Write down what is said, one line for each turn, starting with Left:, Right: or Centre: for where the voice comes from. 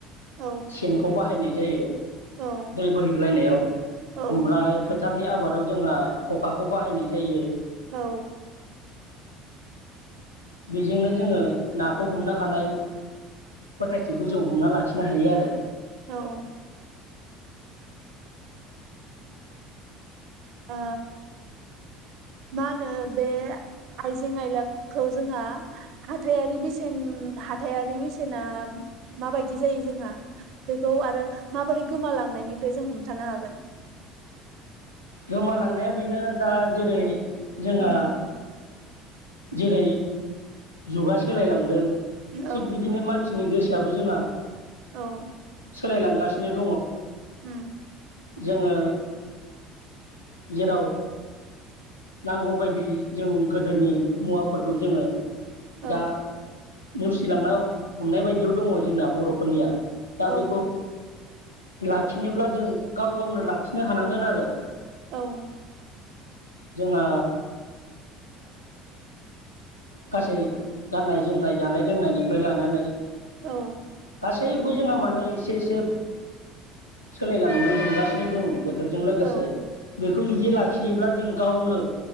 Right: औ
Left: सेनखौ बाहाय बाहायनाय जायो
Right: औ
Left: दै बोहैग्लायनायाव
Right: औ
Left: ओमफ्राय फोथारनि आबादाव जोंहा खखाखौ बाहायनाय जायो
Right: औ
Left: बेजोंनो जोङो नाखौ हमनो हानाय फोथायथिखौ जौ हमना लाखि सनो हायो आरो
Right: औ औ ओ मा होनो बे आइजें आयलाखौ जोंहा हाथाइारि बेसेन हाथाइारि बेसेना माबायदि जायो जोंहा बेखौ आरो माबोरै गोमालांनायनिफ्राय जों हमथानो हागोन
Left: गोमालांनाया बेनो दा जेरै जोंहा
Right: उम
Left: जेरै जुगा सोलायलांदों
Right: औ
Left: थिग बिदिनो मानसिनि गोसोआ दाबो जोंहा
Right: औ
Left: सोलाय लांगा नो दंङ
Right: उम
Left: जोङो <inaudible> जेराव नांगौबायदि जों गोदोनि मुवाफोरखौ जोङो
Right: औ
Left: दा नेवसिलांनो हमनाय बायदियाव दङ जोंना बर'फोरनिया
Right: औ
Left: दा बेखौ लाखिनोब्ला जों गाव गावनो लाखिनो हानांगोन आरो
Right: औ
Left: जोंहा गासै गाननाय जोमनाय जानाय लोंनायनिफ्राय लानानै
Right: औ
Left: गासैबो जोंहा माने एसे एसे सोलायलांनो हमगासिनो दङ सोरजों लोगोसे
Right: औ
Left: बेखौ जुदि लाखियोब्ला जों गावनो